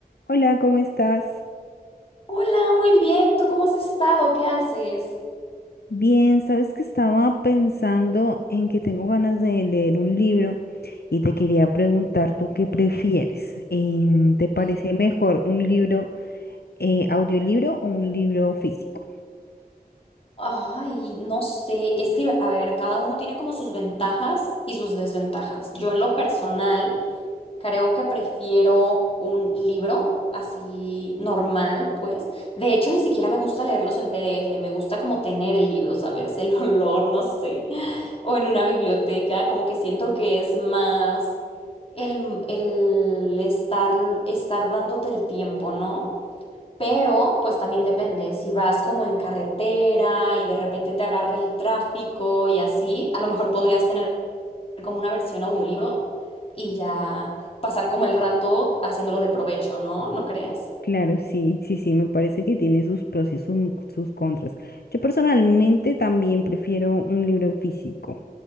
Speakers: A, on the left; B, on the left.
A: Hola, ¿cómo estás?
B: Hola, muy bien. ¿Tú cómo has estado? ¿Qué haces?
A: Bien, sabes que estaba pensando en que tengo ganas de leer un libro y te quería preguntar tú qué prefieres. Em, ¿te parece
B: Ok.
A: mejor un libro eh, audiolibro o un libro físico?
B: Ay, no sé. Es que, a ver, cada uno tiene como sus ventajas y sus desventajas. Yo en lo personal creo que prefiero un libro así normal, pues. De hecho, ni siquiera me gusta leerlos en PDF. Me gusta como tener el libro, ¿sabes? <laughs> El olor, no sé. O en una biblioteca, como que siento que es más el, el estar, estar dándote el tiempo, ¿no? Pero, pues también depende, si vas como en carretera y de repente te agarra el tráfico y así, a lo mejor podrías tener como una versión audiolibro y ya pasar como el rato haciéndolo de provecho, ¿no? ¿No crees?
A: Claro, sí, sí, sí, me parece que tiene sus pros y sus, sus contras. Yo personalmente también prefiero un libro físico.